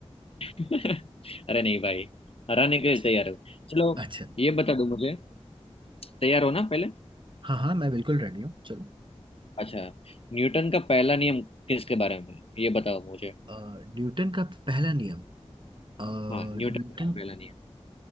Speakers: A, on the left (about 55°); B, on the right (about 45°).
A: <laughs> अरे नहीं भाई हराने के लिए
B: अच्छा
A: तैयार हो चलो
B: अच्छा
A: ये बता दो मुझे तैयार हो ना पहले
B: हाँ हाँ मैं बिल्कुल रेडी हूँ चलो
A: अच्छा न्यूटन का पहला नियम किसके बारे में है? ये बताओ मुझे
B: अ, न्यूटन का पहला नियम अ, न्यूटन
A: हाँ न्यूटन का पहला नियम